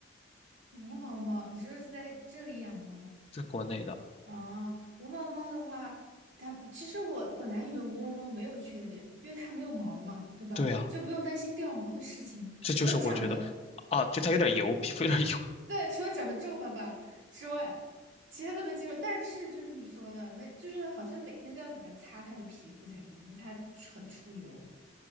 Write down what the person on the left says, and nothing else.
在国内的。
对啊，
这就是我觉得，
啊，就它有点油，皮肤有点油。